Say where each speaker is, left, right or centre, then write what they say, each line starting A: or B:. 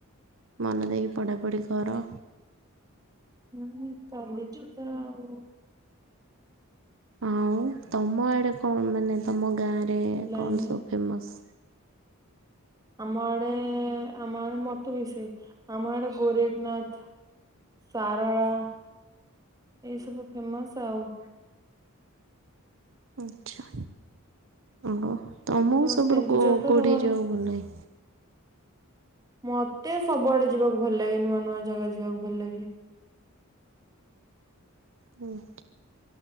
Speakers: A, on the right (about 60°); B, on the right (about 15°).
A: ମନ ଦେଇକି ପଢା ପଢି କର।
B: ହୁଁ ଚାଲିଛି ତ ଆଉ।
A: ଆଉ ତମ ଆଡ଼େ କଣ ମାନେ ତମ ଗାଁରେ
B: ଲାଇନ
A: କଣ
B: ନାଇଁ
A: ସବୁ ଫେମସ୍।
B: ଆମ ଆଡେ ଆମ ଆଡେ ମତେ ବିସେ ଆମଆଡେ ଗୋରେଖନାଥ। ସାରଳା ଏଇସବୁ ଫେମସ ଆଉ।
A: ଆଚ୍ଛା ଓହ ତମକୁ
B: ତମର
A: ସବୁଠୁ
B: କେନ୍ଦୁଝର
A: କେଉଠିକି
B: ତ ତମର
A: ଯିବାକୁ ଭଲ ଲାଗେ?
B: ମତେ ସବୁଆଡେ ଯିବାକୁ ଭଲ ଲାଗେ ନୂଆ ନୂଆ ଜାଗା ଯିବାକୁ ଭଲ ଲାଗେ।
A: ହୁଁ।